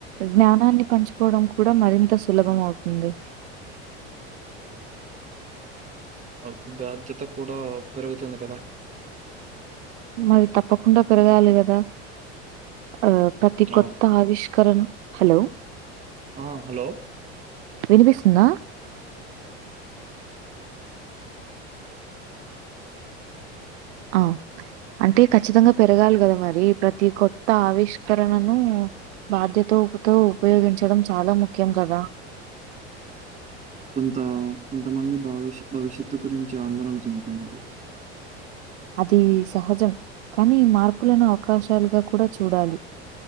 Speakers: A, on the right; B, on the right.
A: జ్ఞానాన్ని పంచుకోవడం కూడా మరింత సులభం అవుతుంది.
B: ఓ బాధ్యత కూడా పెరుగుతుంది కదా
A: మరి తప్పకుండా పెరగాలి కదా ఆ ప్రతి
B: అవును.
A: కొత్త ఆవిష్ కరణ హలో
B: ఆ హలో
A: వినిపిస్తుందా ఆ అంటే ఖచ్చితంగా పెరగాలి కదా మరి ప్రతి కొత్త ఆవిష్కరణను బాధ్యతతో ఉపయోగించడం చాలా ముఖ్యం కదా
B: కొంత కొంతమంది భవిష్ భవిష్యత్తు గురించి ఆందోళన చెందుతున్నారు
A: అది సహజం కానీ మార్పులను అవకాశాలుగా కూడా చూడాలి